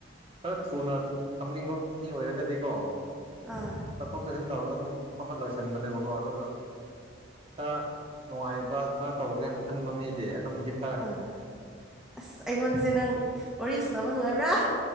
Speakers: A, on the right (about 30°); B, in the centre.
A: ꯈꯔ ꯊꯨꯅ ꯊꯝꯅꯤꯡꯕ ꯃꯤ ꯑꯣꯏꯔꯒꯗꯤꯀꯣ
B: ꯑꯥ
A: ꯆꯠꯊꯣꯛ ꯆꯠꯁꯤꯟ ꯇꯧꯔꯒ ꯑꯗꯨꯝ <unintelligible> ꯟꯕꯅꯦꯕꯀꯣ ꯑꯗꯨꯒ ꯈꯔ ꯅꯨꯡꯉꯥꯏꯕ ꯈꯔ ꯇꯧꯒꯦꯅ ꯈꯟꯕ ꯃꯤꯗꯤ ꯑꯗꯨꯝ ꯍꯤꯞ
B: ꯑꯥ ꯑꯁ ꯑꯩꯒꯤꯣꯟꯗꯁꯤꯦ ꯅꯪ ꯋꯥꯔꯤ ꯁꯅꯕ ꯅꯨꯡꯉꯥꯏꯕ꯭ꯔꯥ